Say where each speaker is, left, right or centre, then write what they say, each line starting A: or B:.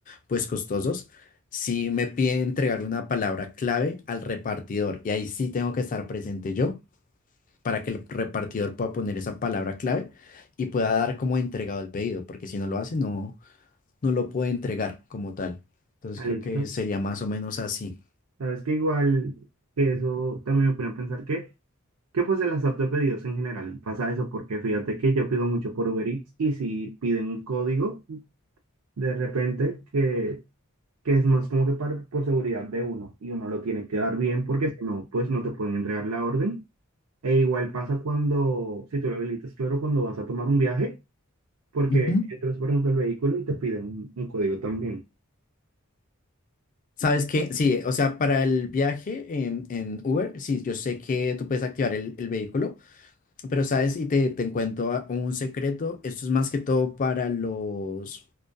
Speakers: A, on the left (about 40°); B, on the right (about 85°).
A: pues, costosos. Sí me pide entregar una palabra clave al repartidor y ahí sí tengo que estar presente yo para que el repartidor pueda poner esa palabra clave y pueda dar como entregado el pedido, porque si no lo hace, no, no lo puede entregar como tal. Entonces
B: Ah,
A: creo
B: listo.
A: que sería más o menos así.
B: Sabes que igual que eso también me pone a pensar que, que pues en las apps de pedidos en general pasa eso, porque fíjate que yo pido mucho por Uber Eats y si piden un código, de repente que, que es más como que par- por seguridad de uno y uno lo tiene que dar bien porque si no, pues no te pueden entregar la orden. E igual pasa cuando, si tú lo habilitas, claro, cuando vas a tomar un viaje, porque
A: Ujú.
B: entras, por ejemplo, al vehículo y te piden un, un código también.
A: ¿Sabes qué? Sí, o sea, para el viaje en, en Uber, sí, yo sé que tú puedes activar el, el vehículo, pero sabes, y te, te cuento a- un secreto, esto es más que todo para los